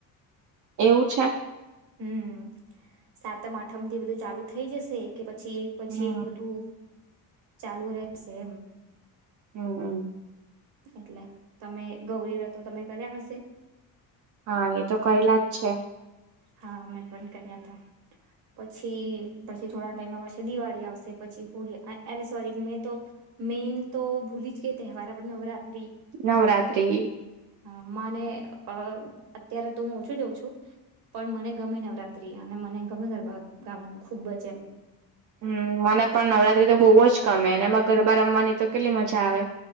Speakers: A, on the right; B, on the right.
A: એવું છે
B: હમ સાતમ આઠમ થી બધું ચાલુ થઈ જશે કે પી પછી એક પછી
A: હમ
B: એક બધું ચાલુ રહેશે એમ
A: હમ્મ
B: એટલે તમે ગૌરી વ્રતો તમે કર્યા હશે
A: હા એ તો કયલા જ અચ્છા
B: હા મેં પણ કર્યા તા પછી પછી થોડા ટાઈમ આવશે દિવાળી આવશે પછી હોળી અરે સોરી મેં તો મેન તો ભૂલી જ કે તહેવાર આપડે નવરાત્રી
A: નવરાત્રી
B: હમ્મ મને અ અત્યારે તો હું ઓછું જાઉં છું પણ મને ગમે નવરાત્રી અને મને ગમે ગરબા ગાવાનું ખૂબ જ એમ
A: હમ્મ મને પણ નવરાત્રી તો બહુ જ ગમે અને એમાં ગરબા રમવાની તો કેટલી મજા આવે